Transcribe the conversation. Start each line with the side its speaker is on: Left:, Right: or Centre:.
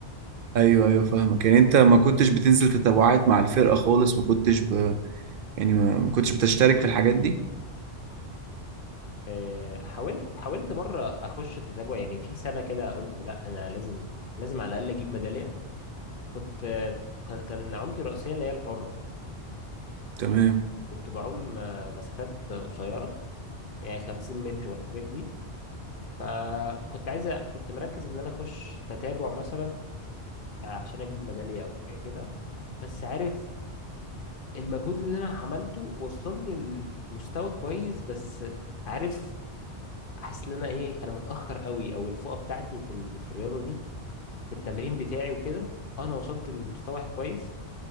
Right: ايوه ايوه فاهمك يعني انت ما كنتش بتنزل تتابعات مع الفرقة خالص ما كنتش ب... يعني ما ما كنتش بتشترك في الحاجات دي
Left: آه، حاولت حاولت مرة اخش تتابع يعني في سنة كده قلت لا انا لازم لازم على الاقل اجيب ميدالية كنت آه، كان كان عومتي الرئيسية اللي هي الحرة
Right: تمام
Left: كنت بعوم آه، مسافات قصيرة يعني 50 متر والحاجات دي فكنت عايز أ- كنت مركز ان انا اخش تتابع مثلا عشان اجيب ميداليه او حاجه كده بس عارف المجهود اللي انا عملته وصلني لمستوى كويس بس عارف حاسس ان انا ايه انا متاخر قوي او الفوقه بتاعتي في ال... في الرياضه دي وفي التمرين بتاعي وكده انا وصلت للمستوى كويس